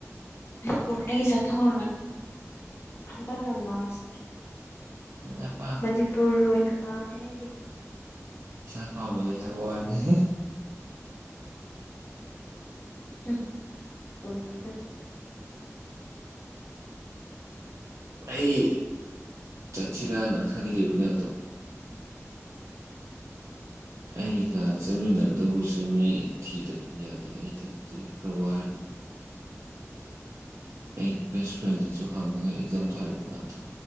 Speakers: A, on the left; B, on the right.
A: ꯐꯅꯦꯒꯤ ꯆꯠꯇ ꯍꯣ ꯍꯟꯗꯒꯅꯂ ꯑꯁꯦ
B: ꯎ
A: ꯃꯅꯤꯄꯨꯔ ꯑꯣꯏꯅ ꯄꯥꯝꯃꯦ ꯍꯥꯏꯗꯤ
B: ꯄꯁꯥ ꯐꯥꯝꯗ ꯍꯅꯦꯦ
A: ꯐꯠꯇꯔꯁꯨ ꯎꯝ ꯆꯨꯝꯃꯦ ꯇꯝꯒꯦ
B: ꯑꯩ ꯆꯠꯁꯤꯔꯥꯅ ꯈꯜꯂꯤꯕꯅꯦ ꯑꯗꯣ ꯑꯩꯒ ꯆꯠꯃꯤꯟꯅꯗꯕꯁꯨ ꯃꯤ ꯊꯤꯗ꯭ꯔꯗꯤ ꯌꯥꯗꯦ ꯑꯩꯊꯟꯗꯤ ꯈꯔ ꯋꯥꯔꯅꯤ
A: <inaudible> <unintelligible>
B: ꯑꯩꯒꯤ ꯕꯦꯁ ꯐ꯭ꯔꯦꯟꯁꯤꯁꯨ ꯍꯪꯉꯒ ꯑꯦꯛꯖꯥꯝ ꯊꯔꯤꯕ ꯉꯥꯛꯇ